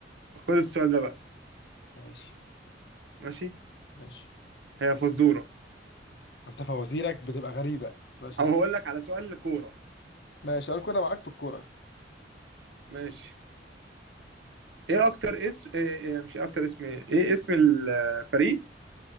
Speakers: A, on the right; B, on the left.
A: خد السؤال ده بقى
B: ماشي
A: ماشي
B: ماشي
A: هي فزورة
B: انت فوازيرك بتبقى غريبه بس ماشي
A: او
B: اسأل.
A: هقول لك على سؤال كورة
B: ماشي سؤال كوره معاك في الكوره
A: ماشي ايه اكتر اسم إيه إيه مش إيه اكتر اسم ايه إيه اسم الفريق